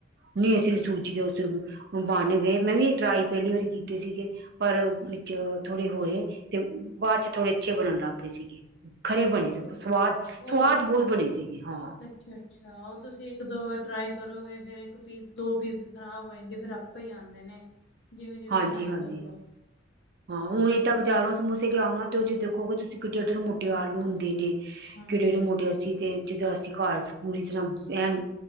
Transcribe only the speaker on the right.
ਨਹੀਂ ਅਸੀਂ ਸੂਜੀ ਦੇ ਉਸ ਬੰਨ ਗਏ ਮੈਂ ਵੀ ਇਹ ਟਰਾਈ ਪਹਿਲੀ ਵਾਰੀ ਕੀਤੇ ਸੀਗੇ।। ਪਰ ਵਿੱਚ ਥੋੜੇ ਹੋਏ ਤੇ ਬ ਬਾਅਦ ਚ ਥੋੜੇ ਅੱਛੇ ਬਣਨ ਲੱਗ ਗਏ ਸੀਗੇ। ਖਰੇ
ਬਣੇ
ਸੀ ਸਵਾਦ
ਸਵਾਦ ਬਹੁਤ ਬਣੇ ਸੀਗੀ ਹਾਂ।
ਹਾਂਜੀ
ਹਾਂਜੀ
ਹਾਂ ਹੁਣ ਇਹ ਤਾਂ ਬਾਜ਼ਾਰੋਂ ਸਮੋਸੇ ਲਿਆ ਆਉਣਾ ਤੇ, ਉਹ ਚ ਦੇਖੋਗੇ ਤੁਸੀਂ ਕਿੱਡੇ ਕਿੱਡੇ ਮੋਟੇ ਆਲੂ ਹੁੰਦੇ ਨੇ।
ਕਿੜੇ ਜਹੜੇ ਮੋਟੇ ਅਸੀਂ ਤੇ ਜਦੋਂ ਅਸੀਂ ਘਰ ਪੂਰੀ ਤਰ੍ਹਾਂ ਐਣ